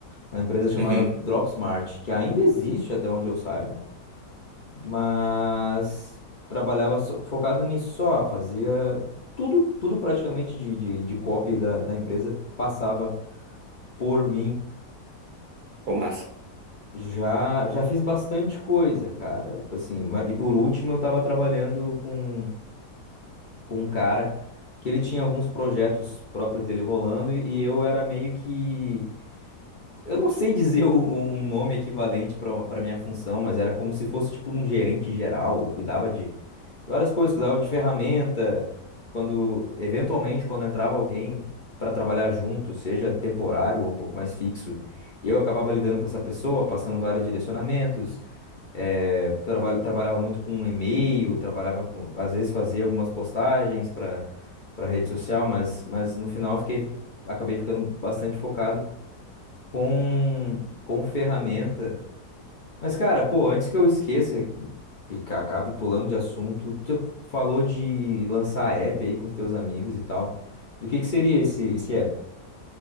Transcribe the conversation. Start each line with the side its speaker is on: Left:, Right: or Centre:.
Left: uma empresa chamada
Right: Uhum.
Left: Dropsmart, que ainda existe até onde eu saiba mas trabalhava só- focado nisso só, fazia tudo, tudo praticamente de, de, de copy da, da empresa passava por mim.
Right: Pô, massa.
Left: Já, já fiz bastante coisa, cara. Tipo assim, ma- e por último eu tava trabalhando com, com um cara que ele tinha alguns projetos próprios dele rolando e eu era meio que Eu não sei dizer o- um nome equivalente para para minha função, mas era como se fosse tipo um gerente geral. Eu cuidava de várias coisas, cuidava de ferramenta. Quando, eventualmente, quando entrava alguém para trabalhar junto, seja temporário ou um pouco mais fixo, eu acabava lidando com essa pessoa, passando vários direcionamentos. eh, traba- trabalhava muito com e-mail, trabalhava com, às vezes fazia algumas postagens para para rede social, mas, mas no final eu fiquei, acabei ficando bastante focado com, com ferramenta. Mas, cara, pô, antes que eu esqueça, que, que ca- acabe pulando de assunto, tu falou de lançar app aí com os teus amigos e tal. Do que que seria esse, esse app?